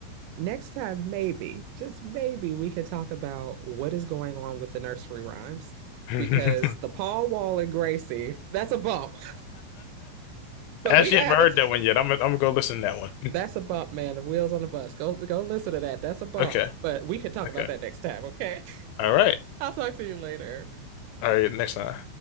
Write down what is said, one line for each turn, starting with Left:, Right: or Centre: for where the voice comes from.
Right: next time, maybe, just maybe, we could talk about what is going on with the nursery rhymes
Left: <laughs>
Right: because the Paul Wall and Gracie, that's a bump. <laughs> But
Left: Actually,
Right: we gonna
Left: haven't
Right: have
Left: heard
Right: to
Left: that one yet. I'm gonna, I'm gonna go listen to that one.
Right: That's a bump, man. The wheels on the bus. Go go listen to that. That's a bump.
Left: Okay.
Right: But we could talk
Left: Okay.
Right: about that next time, okay?
Left: All right.
Right: <laughs> I'll talk to you later.
Left: All right. Next time.